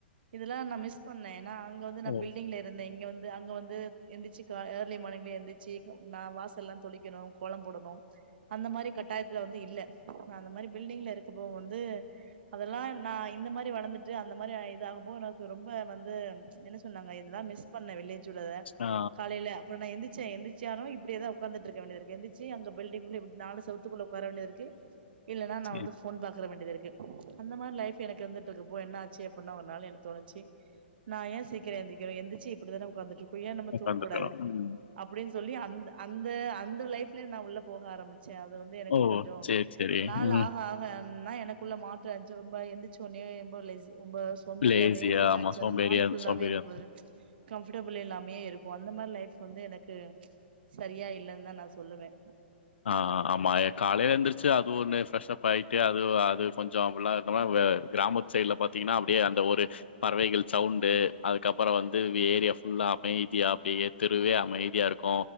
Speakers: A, on the right (about 60°); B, on the left (about 75°).
A: இதெல்லா நா மிஸ் பண்ணே ஆ இங்க வந்து நா
B: ஓ
A: பில்டிங்ல இருந்தே இங்க வந் து அங்க வந்து எந்திரிச்சு கா ஏர்லி மார்னிங்லயே எந்திரிச்சு நா வாசல்லா தொளிக்கணு கோலம் போடணு அந்த மாரி கட்டாயத்துல வந்து இல்ல நா அந்த மாரி பில்டிங்ல இருக்கப்போ வந்து அதெல்லா நா இந்த மாதிரி வளந்துட்டு அந்த மாரி இதாகப்போ எனக்கு ரொம்ப வந்து என்ன சொன்னாங்க இதுலா மிஸ் பண்ண வில்லேஜ் சொல்லதா
B: ஆ
A: காலையில அப்புற நா எந்திச் எந்திச்சாலு இப்படியேதா உக்காந்துட்ருக்க வேண்டியதுர்கு எந்திர்ச்சி அங்க பில்டிங்குல நாலு செவுத்துக்குள்ள வர வேண்டியதுருக்கு இல்லன்னா நா
B: சேரி
A: வந்து ஃபோன் பாக் க வேண்டியதிருக்கு அந்த மாரி லைஃப் எனக்கு இருந்துட்ரக்கப்போ என்ன ஆச்சு அப்புன்னா ஒரு நாள் எனக்கு தோணுச்சு நான் ஏ சீக்கர எந்திரிக்கனு எந்திரிச்சு இப்பிடி தான உக்காந்துட்டருக் ஏ நம்ம
B: உக்காந்துருக்கறோ
A: தூங்ககூடாது
B: ம்
A: அப்புடின்னு சொல்லி அந் அந்த அந்த லைஃப்லயு நா உள்ள போக ஆரம்பி ச்சு அது வந்து எனக்கு
B: ஓ
A: கொஞ்ச
B: சேரி சேரி
A: நாள்
B: ம்
A: ஆக ஆக ஒன்னா எனக்குள்ள மாற்ற இந்துச்சு ஒரு மாரி எந்திச்ச ஒன்னியே ரொம்ப லேசி ரொம்ப சோம்பேறியாவே
B: லேசியா
A: ஃபீல்
B: ஆமா
A: ஆச்சு
B: சோம்பேறியா
A: அந்த நாள் ஃபுல்லாவே
B: சோம்பேறியா
A: எனக்கு ஒரு கம்ஃபர்டபிள் இல்லாமயே இருக்கு அந்த மாரி லைஃப் வந்து எனக்கு சரியா இல்லன்தா நா சொல்லுவே
B: ஆ ஆமா காலைல எந்துருச்சு அது ஒண்ணு ஃப்ரெஷ் அப் ஆயிட்டு அது அது கொஞ்ச அப்பில்லா இருந்தொம்னா கிராமத் சைடுல பாத்திங்னா அப்டியே அந்த ஒரு பறவைகள் சவுண்டு அதுக்கப்பற வந்து ஏரியா ஃபுல்லா அமைதியா அப்டியே தெருவே அமைதியாருக்கு